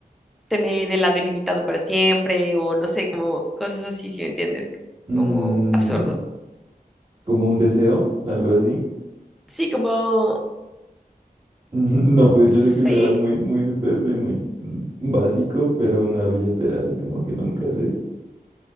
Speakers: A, in the centre; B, on the right (about 30°).
A: tener helado ilimitado para siempre o no sé, como cosas así, si me entiendes,
B: Mm,
A: como absurdo.
B: ¿como un deseo? ¿Algo así?
A: Sí, como,
B: Mm, <laughs> No, pues
A: sí,
B: yo sé que suena muy, muy superfluo y muy mm, básico, pero una billetera así como que nunca se,